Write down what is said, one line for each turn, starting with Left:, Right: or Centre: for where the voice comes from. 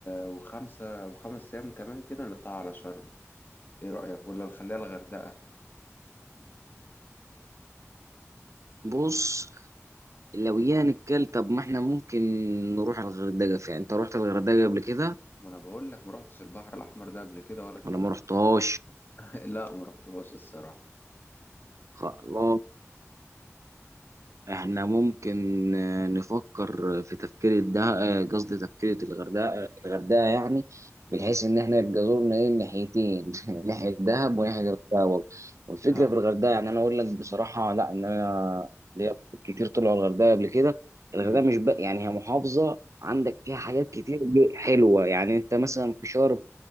Left: وخمسة وخمس ايام كمان كده نطلع على شرم ايه رأيك ولا نخليها الغردقة
Right: بص لو يعني الكل طب ما احنا ممكن نروح الغردقه فعلا انت رحت الغردقه قبل كده
Left: ما انا بقول لك ما رحتش البحر الاحمر ده قبل كده ولا شفته
Right: ولا ما رحتهاش
Left: <laughs> لا ما رحتهوش الصراحة
Right: خلاص احنا ممكن آه، نفكر في تفكير الده آه، قصدي تفكير الغردقه الغردقه يعني بحيث
Left: امم
Right: ان احنا يبقى زورنا ايه ناحيتين <laughs> ناحيه دهب وناحيه الغردقه برضه. والفكره
Left: اه
Right: في الغردقه يعني انا اقول لك بصراحه لا ان انا ليا أصحاب كتير طلعوا الغردقه قبل كده الغردقه
Left: امم
Right: مش بقى يعني هي محافظه عندك فيها حاجات كتير ج- حلوه يعني انت مثلا في شرم